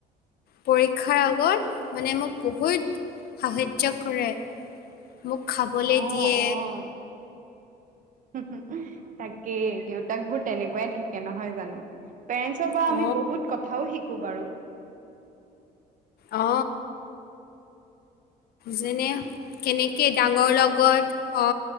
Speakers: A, on the left (about 65°); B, on the right (about 50°).
A: পৰীক্ষাৰ আগত মানে মোক বহুত সাহাৰ্য কৰে। মোক খাবলে
B: অ',
A: দিয়ে
B: অ'। <unintelligible> তাকেই, দেউতাকবোৰ তেনেকুৱাই থাকে, নহয় জানো? পেৰেন্টছ পা
A: অ
B: আমি বহুত কথাও শিকোঁ বাৰু।
A: অ। যেনে কেনেকে ডাঙৰ লগত, অ।